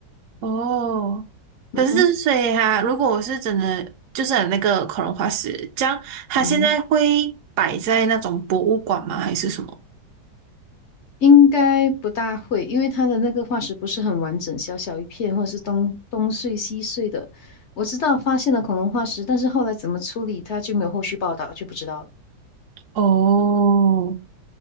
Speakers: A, on the right; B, on the left.
A: 哦，
B: 嗯哼，
A: 可是所以哈、如果我是真的就是有那个恐龙化石，这样它现在会摆在那种博物馆吗？
B: 嗯哼，
A: 还是什么？
B: 应该不大会，因为它的那个化石不是很完整，小小一片，或者是东东碎西碎的。我知道发现了恐龙化石，但是后来怎么处理它就没有后续报道，就不知道了。
A: 哦，